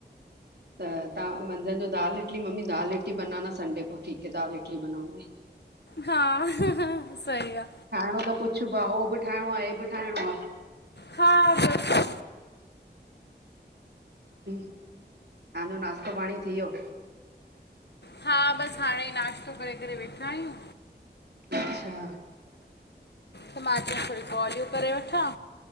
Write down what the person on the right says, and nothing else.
त तां मंझन जो दाल इटली मम्मी दाल इटली बनाना संडे को ठीक है दाल इडली बनाऊंगी।
ठाइणो त कुछ ब ओ बि ठाइणो आ हे बि ठाइणो आ
तांजो नाश्तो पाणी थी वियो।
अच्छा!